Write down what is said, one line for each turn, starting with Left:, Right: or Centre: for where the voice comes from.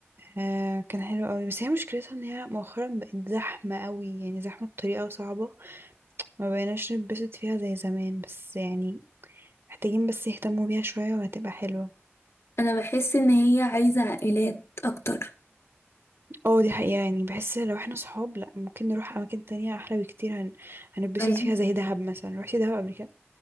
Right: آه كان حلو قوي بس هي مشكلتها ان هي مؤخرا بقت زحمة قوي يعني زحمة بطريقة صعبة ما بقيناش نتبسط فيها زي زمان بس يعني محتاجين بس يهتموا بيها شوية وهتبقى حلوة
Left: انا بحس ان هي عايزة عائلات اكتر
Right: اه دي حقيقة يعني بحس لو احنا صحاب لا ممكن نروح اماكن تانية احلى بكتير هن... هنتبسط
Left: ايوه
Right: فيها زي دهب مثلا روحتي دهب قبل كده